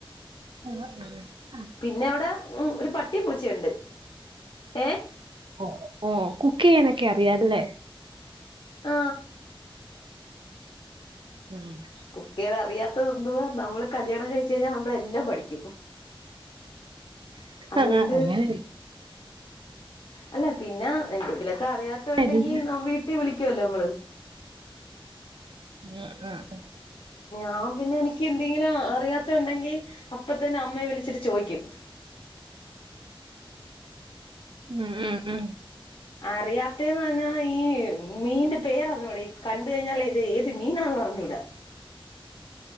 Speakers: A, on the right; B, on the left.
A: ആ ആ
B: പിന്നെ അവിടെ ഉം ഒരു പട്ടീം പൂച്ചേ ഇണ്ട് ഏ
A: ഓ ഓ കുക്കെയ്യാനൊക്കെ അറിയാ അല്ലേ
B: ആ
A: ഉം
B: കുക്കി എയിതു അറിയാത്തത് എന്തുവാ നമ്മള് കല്യാണം കഴച്ച് കഴിഞ്ഞാൽ നമ്മളെല്ലാം പഠിക്കും അതുകൊണ്ട്
A: ആഹഅങ്ങനെ
B: അല്ല പിന്നെ എന്തെങ്കിലൊക്കെ അറിയാത്തണ്ടെങ്കി
A: എല്ലാം
B: നാം വീട്ടീ വിളി വിളിക്കല്ലോ നമ്മള്.
A: ഉം ഉം
B: ഞാൻ പിന്നെ എനിക്ക് എന്തെങ്കിലും അ അറിയാത്തെ ഉണ്ടെങ്കിൽ. അപ്പ തന്നെ അമ്മയെ വിളിച്ചിട്ട് ചോയിക്കും.
A: ഉം ഉം ഉം.
B: അറിയാത്തേന്ന് പറഞ്ഞാ, ഈ മീന്റെ പേര്റിഞ്ഞൂടെ ഈ കണ്ട കഴിഞ്ഞാല് ഇത് ഏത് മീനാന്ന് അറിഞ്ഞൂടാ.